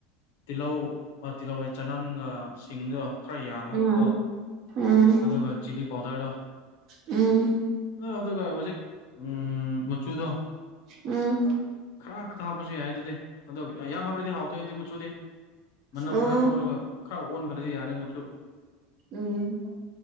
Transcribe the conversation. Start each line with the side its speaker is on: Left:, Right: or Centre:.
Left: ꯇꯤꯜꯍꯧ ꯃꯥ ꯇꯤꯜꯍꯧꯋꯥꯏ ꯆꯅꯝꯒ ꯁꯤꯡꯗꯣ ꯈꯔ ꯌꯥꯝꯃꯒꯀꯣ
Right: ꯎꯝ ꯎꯝ
Left: ꯑꯗꯨꯒ ꯆꯤꯂꯤ ꯄꯥꯎꯗꯔꯗꯣ
Right: ꯎꯝ
Left: ꯑꯗ ꯑꯗꯨꯒ ꯍꯧꯖꯤꯛ ꯑ ꯃꯆꯨꯗꯣ
Right: ꯎꯝ
Left: ꯈꯔ ꯈꯛꯇ ꯍꯥꯞꯕꯁꯨ ꯌꯥꯏ ꯑꯗꯨꯗꯤ ꯑꯗꯣ ꯌꯥꯝ ꯍꯥꯕ꯭ꯔꯗꯤ ꯍꯥꯎꯇꯦ ꯑꯗꯨꯗꯤ ꯃꯆꯨꯗꯤ ꯃꯅꯝ
Right: ꯎꯝ
Left: ꯈꯔ ꯊꯣꯛꯔꯒ ꯈꯔ ꯑꯣꯟꯈ꯭ꯔꯗꯤ ꯌꯥꯔꯦ ꯃꯆꯨ
Right: ꯎꯝ